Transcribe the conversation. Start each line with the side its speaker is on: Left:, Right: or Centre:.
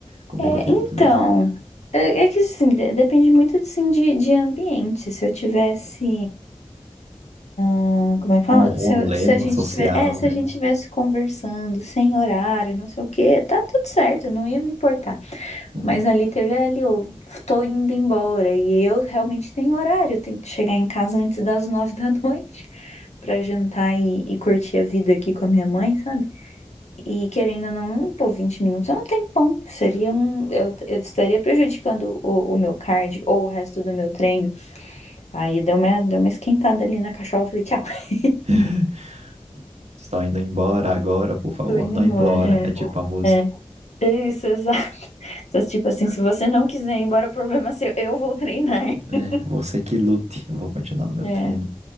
Right: Comigo
Left: É,
Right: tem
Left: então,
Right: muito dessa.
Left: é, é que assim, de- depende muito assim, de, de ambiente. Se eu tivesse. Ah, Como é que fala?
Right: Num rolê,
Left: Se, eu- se
Right: numa
Left: a gente
Right: social,
Left: tiver, é, se
Right: né?
Left: a gente tivesse conversando sem horário, não sei o quê, tá tudo certo, não ia me importar.
Right: Uhum.
Left: Mas ali teve é, ali, eu tô indo embora e eu realmente tenho horário, eu tenho que chegar em casa antes das <laughs> nove da noite pra jantar e, e curtir a vida aqui com a minha mãe, sabe? E querendo ou não, pô, 20 minutos é um tempão. Seria um, eu, eu estaria prejudicando o, o meu cardio ou o resto do meu treino. Aí deu uma, deu uma esquentada ali na cachola, eu falei, tchau, <laughs>
Right: <laughs> Estou indo embora agora, por favor,
Left: tô indo
Right: não
Left: embora.
Right: implora. É tipo a música.
Left: É. é. Isso, exato. <laughs> Tipo assim, se você não quiser ir embora, o problema é seu. Eu vou treinar.
Right: É,
Left: <laughs>
Right: você que lute, eu vou continuar no meu
Left: É.
Right: treino.